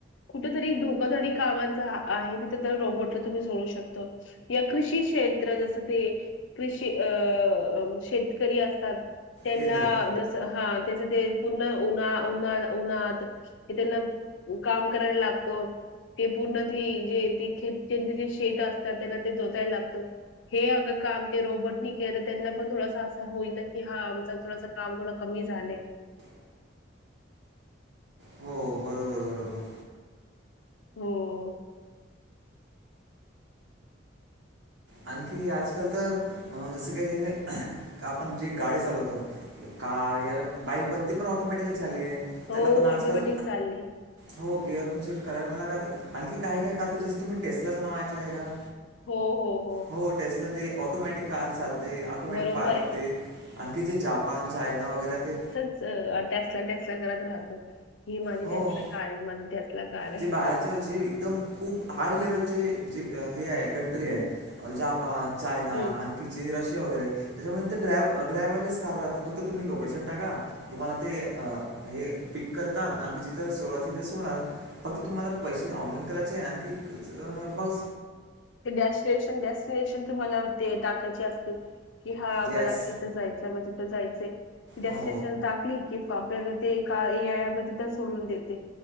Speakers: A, on the left (about 80°); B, on the right (about 70°).
A: कुठेतरी धोकाधडी कामाचा आहे, तिथं तर रोबोटला तुम्ही सोडू शकतो. ये कृषी क्षेत्र जस ते कृष अ शेतकरी असतात त्यांना
B: केंद्र
A: हा त्याच ते पुन्हा उन उन्हा उन्हात कि त्यांना काम करायला लागतो. ते पूर्ण त जे ते खचे जे शेत असतात त्यांना ते जोतायला लागतं. हे अगं काम ते रोबोट नि केलं तर त्यांना पण थोडासा असा होईल ना कि हा आमच थोडंस काम थोडं कमी झालंय.
B: हो बरोबर बरोबर.
A: हो.
B: आणखी आजकाल तर जसं की हे आपण जी गाडी चालवतो कार या बाईक पणती पण ऑटोमॅटिक झाली आहे.
A: हो
B: त्याला पण अजकाल
A: ऑटोमॅटिक चालली
B: हो गिअर पण शिफ्ट करायला लागाचं आणखी काही काय करतो जसं तुम्ही टेस्लाचं नाव ऐकलंय का?
A: हो हो.
B: हो टेसला ते ट ऑटोमॅटिक कार चालते ऑटोमॅटिक
A: बरोबर
B: पार्क करते
A: आहे
B: आणखी जे जापान, चायना वगैरे ते
A: टॅस्टला टेस्टला करत राहतो की माझी
B: हो
A: टॅस्टला कार आहे माझी टॅस्टला कार आहे
B: जे बाहेरच्या जे एकदम खूप हाय लेवलचेे हे आहे कंट्री
A: हम्म
B: आहे जापान, चायना
A: हम्म.
B: की जी रशिया वगैे त्याच्यामुळे ते ड्राय ड्रायव्हरलेस कार राहते फक्त तुम्ही लोकेशन टाका तुम्हाला ते हे पिक करता आणखी जिथं सोडायचं तिथे सोडणार फक्त तुम्हाला पैसे ऑनलाईन करायचे आहे आणखी मग
A: ते डेस्टिनेशन डेस्टिनेशन तुम्हाला ते टाकायचे असते कि हा
B: गॅस
A: मला तथ जायचं मग तिथं जायच डेस्टिनेशन
B: हो
A: टाकली कि आपल्याला ते एका ए आय तिथ सोडून देते.